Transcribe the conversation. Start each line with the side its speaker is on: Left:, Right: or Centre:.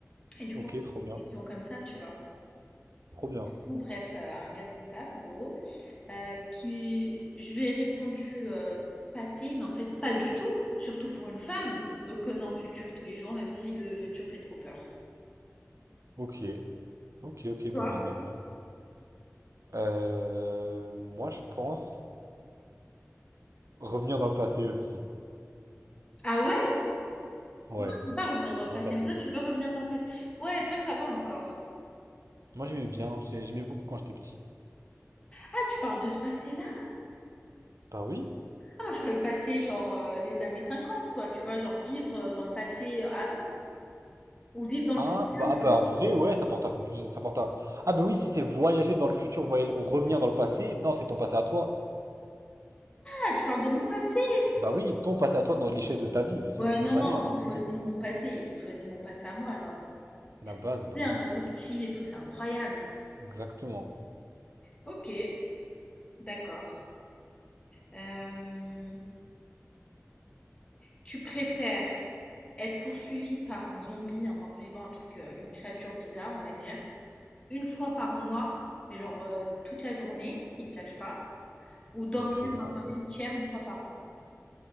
Left: Et du
Right: OK,
Left: coup, on trouve
Right: trop bien.
Left: des questions comme ça, tu vois.
Right: Trop bien.
Left: Ou bref, euh, un gars de mon taf, en gros, euh, qui je lui ai répondu euh, passé, mais en fait pas du tout, surtout pour une femme. Donc euh, non, futur tous les jours, même si le futur fait trop peur.
Right: OK. OK, OK, bah
Left: Toi?
Right: why not, hein. Euh, moi, je pense revenir dans le passé aussi.
Left: Ah ouais?
Right: Ouais,
Left: Non, tu veux pas revenir dans le passé,
Right: dans le passé.
Left: mais toi tu veux revenir dans le passé. Ouais, toi ça va encore.
Right: Moi, j'aimais bien, j'ai- j'aimais beaucoup quand j'étais petit.
Left: Ah, tu parles de ce passé-là.
Right: Bah oui.
Left: Ah, moi je croyais le passé genre euh, les années 50, quoi, tu vois, genre vivre euh, dans le passé euh, avant, ou vivre dans le
Right: Ah
Left: futur.
Right: bah, ah bah,
Left: je-
Right: en vrai ouais ça porte un coup plus ça porte un... Ah bah oui si c'est voyager dans le futur voyager ou revenir dans le passé non c'est ton passé à toi
Left: Ah, tu parles de mon passé.
Right: bah oui ton passé à toi dans l'échelle de ta vie bah sinon
Left: Ouais,
Right: t'étais
Left: non,
Right: pas
Left: non,
Right: né avant
Left: je
Right: c'est
Left: choisis
Right: nul
Left: mon passé, je choisis mon passé à moi alors. C'est
Right: la base
Left: trop
Right: bah
Left: bien
Right: oui
Left: quand t'es petit et tout, c'est incroyable.
Right: exactement
Left: Ok, d'accord. Euh, tu préfères être poursuivi par un zombie, un mort-vivant, un truc, euh, une créature bizarre, on va dire, une fois par mois, mais genre euh, toute la journée, il te lâche pas, ou dormir
Right: effrayant
Left: dans un
Right: ouais.
Left: cimetière une fois par an.